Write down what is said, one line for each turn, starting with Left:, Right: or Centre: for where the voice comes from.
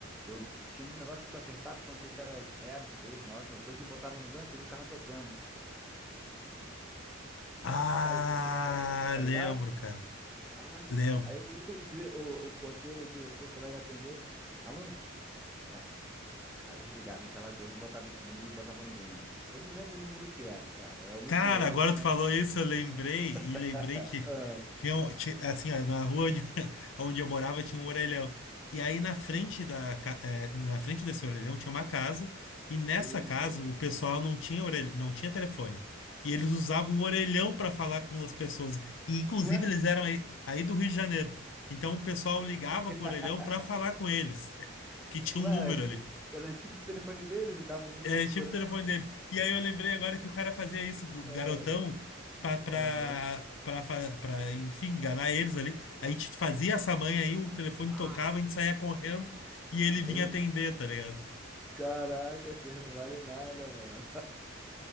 Centre: Eu tinha um negócio que tu apertava, porque eu não sei se era zero, três, nove, alguma coisa, e botava no gancho, ele ficava tocando.
Left: Ah,
Centre: Aí tu saía de perto, tá
Left: lembro,
Centre: ligado?
Left: cara.
Centre: Caralho.
Left: Lembro.
Centre: Aí o, <laughs> o, dire- o- o porteiro ou o diretor, sei lá, ia atender. Alô? Ué. Aí desligava, a gente ia lá de novo, botava esse número e botava no gancho. Eu não lembro o número que era, cara. Era muito,
Left: Cara,
Centre: muito
Left: agora
Centre: engraçado.
Left: tu falou isso, eu lembrei,
Centre: <laughs>
Left: e lembrei que
Centre: Ah,
Left: tinha, um- ti- assim, ó, na rua onde, <laughs> onde eu morava tinha um orelhão. E aí na frente da, ca- eh, na frente desse orelhão tinha uma casa, e nessa
Centre: Eita.
Left: casa o pessoal não tinha orelha, não tinha telefone. E eles usavam o orelhão para falar com as pessoas. E inclusive
Centre: Ué?
Left: eles eram aí, aí do Rio de Janeiro. Então o pessoal ligava
Centre: <laughs>
Left: pro orelhão para falar com eles, <laughs> porque tinha
Centre: Ué,
Left: um número
Centre: era tipo,
Left: ali.
Centre: era tipo o telefone deles e dava o número
Left: É
Centre: do
Left: tipo
Centre: orelha.
Left: o telefone dele E aí eu lembrei agora que o cara fazia isso, g-
Centre: Ah,
Left: garotão, pra, pra,
Centre: Aham.
Left: pra, fa- pra, enfim, enganar eles ali. A gente fazia essa manha aí, o telefone
Centre: Ah,
Left: tocava, a gente saía correndo e ele vinha
Centre: ele.
Left: atender, tá ligado?
Centre: Caraca, vocês não valem nada, mano.